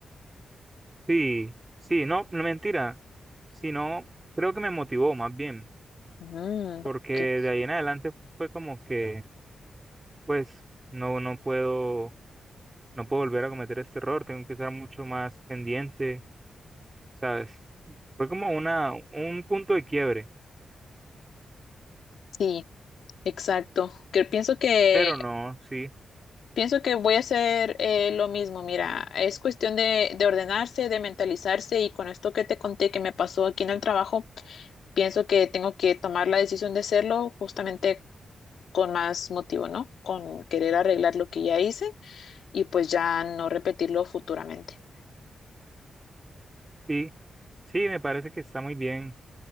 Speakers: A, on the right; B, on the left.
A: Sí, sí, no, no mentira, sino creo que me motivó más bien,
B: Mm,
A: porque
B: ok.
A: de ahí en adelante fue como que, pues, no, no puedo, no puedo volver a cometer este error, tengo que estar mucho más pendiente, ¿sabes? Fue como una, un punto de quiebre,
B: Sí, exacto. Que pienso que
A: pero no, sí,
B: pienso que voy a hacer eh, lo mismo. Mira, es cuestión de, de ordenarse, de mentalizarse y con esto que te conté que me pasó aquí en el trabajo, pienso que tengo que tomar la decisión de hacerlo justamente con más motivo, ¿no? Con querer arreglar lo que ya hice y pues ya no repetirlo futuramente.
A: sí, sí, me parece que está muy bien.